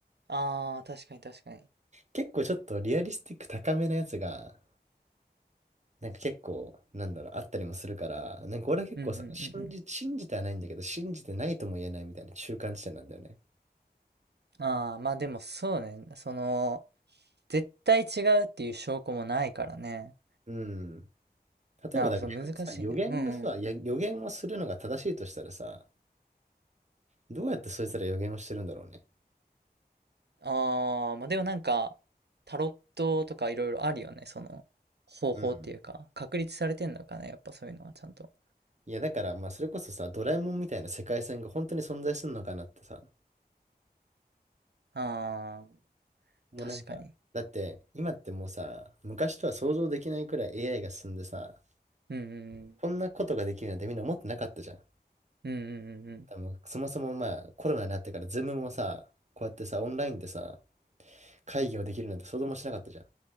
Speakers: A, on the right; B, on the right.
A: ああ、確かに確かに。
B: 結構ちょっとリアリスティック高めのやつが、なんか結構、なんだろう、あったりもするから、なんか俺は結構さ、
A: うんうんうんうん。
B: 信じ、信じてはないんだけど、信じてないとも言えないみたいな中間地点なんだよね。
A: ああ、まあでもそうね。その、絶対違うっていう証拠もないからね。
B: うん。例えば、
A: ああ、
B: だから逆にさ、
A: そう、難しいね。
B: 予言がさ、
A: うんうん。
B: や予言をするのが正しいとしたらさ、どうやってそいつら予言をしてるんだろうね。
A: ああ、まあでもなんか、タロットとかいろいろあるよね。その、方法っていうか、
B: うん。
A: 確立されてんのかな。やっぱそういうのはちゃんと。
B: いや、だから、まあ、それこそさ、ドラえもんみたいな世界線が本当に存在するのかなってさ、
A: ああ、
B: もうなんか、
A: 確かに。
B: だって、今ってもうさ、昔とは想像できないくらい AI が進んでさ、
A: うんうん
B: こんなことができるなんてみんな思ってなかったじゃん。
A: うん。うんうんうんうん。
B: でもそもそもまあコロナになってからズームもさ、こうやってさ、オンラインでさ、会議をできるなんて想像もしなかったじゃん。